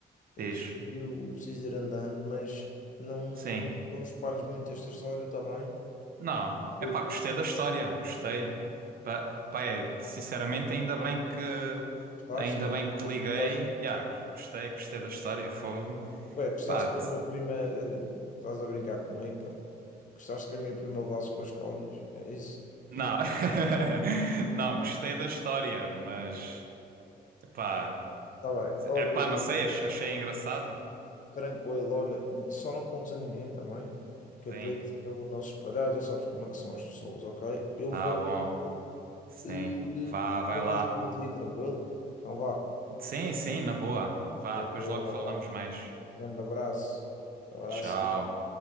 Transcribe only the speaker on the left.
Eu
preciso, eu preciso ir andando, mas não,
não espalhes muito esta história também,
porque
estás,
estás,
a
ver
que estás-
o que é? Gostaste
que
a minha prima, eh, estás a brincar comigo, pá. Gostaste que a minha prima levasse com as cornos, é isso?
Não,
está bem, olha,
tranquilo, olha, só não contes a ninguém também, que
é para isso eu não se espalhar, já sabes como é que são as pessoas, ok? Eu
vou
andando,
eh,
guarda
isso para ti, tranquilo? Então vá,
tranquilo,
vai.
Grande abraço. Abraço.